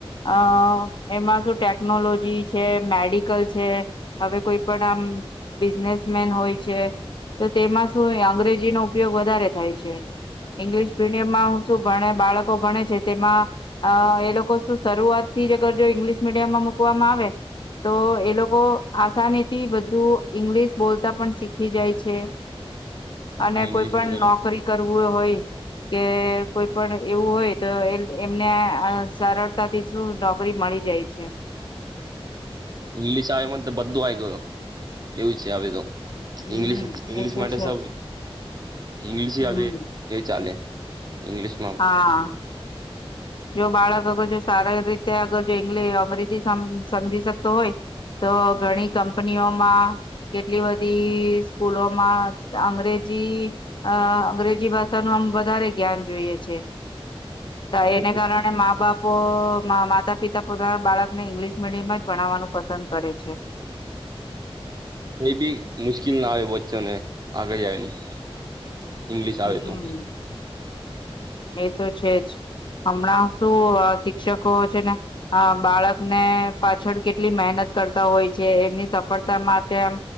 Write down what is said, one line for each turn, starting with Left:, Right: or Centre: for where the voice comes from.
Left: આમ એમાં શું ટેકનોલોજી છે મેડિકલ છે હવે કોઈ પણ આમ બિઝનેસમેન હોય છે તો તેમાં શું અંગ્રેજીનોો ઉપયોગ વધારે થાય છે. ઈંગ્લિશ મીડિયમમાં હું શું ભણે બાળકો ભણે છે. તેમાં એ લોકો શું શરૂઆત થી જ અગર જો ઈંગ્લિશ મીડિયમમાં મુૂકવામાં આવે તો એ લોકો આસાની થી બધું ઈંગ્લિશ બોલતા પણ શીખી જાય છે.
Right: બધા
Left: અને
Right: ઇંગ્લિશ
Left: કોઈ પણ
Right: વગેરે
Left: નોકરી કરવું હોય કે કોઈ પણ એવું હોય તો એ એમને સરળતાથી શું નોકરી મળી જાય છે.
Right: ઇંગ્લિશ આવે મને તો બધું આવી ગયું એવું છે આવે તો
Left: હમ
Right: ઇંગ્લશ ઇંગ્લિશ
Left: એ તો
Right: માટે
Left: છે
Right: સબ
Left: જ
Right: ઇંગ્લિશ
Left: હમ
Right: આવી એ ચાલે ઇંગ્લિશ.
Left: હા. જો બાળક અગર જો સારી રીતે અગર જો ઇ્ અંગ્રેજી સમ સમજી શકતો હોય તો ઘણી કંપનીઓમાં કેટલી બધી સ્કૂલોમાં અંગ્રેજી અંગ્રેજી ભાષાનું આમ વધારે જ્ઞાન જોઈએ છે. તો
Right: બધું
Left: એના કારણે
Right: છે
Left: મા બાપો માતા પિતા પોતાના બાળકને ઇંગ્લિશ મીડિયમ જ ભણાવવાનું પસંદ કરે છે.
Right: કઈ બી મુશ્કેલ ના આવે વચ્ચો ને આગળ જ આવેની ઇંગ્લિશ આવે
Left: હમ
Right: તું
Left: એ તો છે જ હમણાં શું શિક્ષકો છે ને બાળકને પાછળ કેટલી મહેનત કરતા હોય છે એમની સફળતા માટે એમ